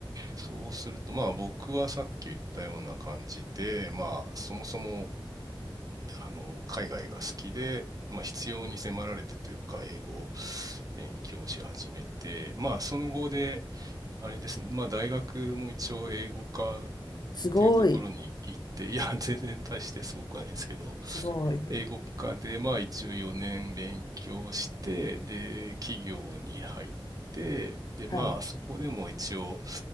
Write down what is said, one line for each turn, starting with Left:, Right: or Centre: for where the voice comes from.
Right: そうすると、まあ、僕はさっき言ったような感じで、まあ、そもそも、あの、海外が好きで、まあ、必要に迫られてというか、英語を勉強し始めて、まあ、その後で、あれですね、まあ、大学も一応英語科っ
Left: すごい。
Right: ていうところに行って、いや、全然大してすごくはないんですけど、
Left: すごい。
Right: 英語科で、まあ一応4年勉強して、で、企業に入って、で、
Left: はい。
Right: まあそこでも一応、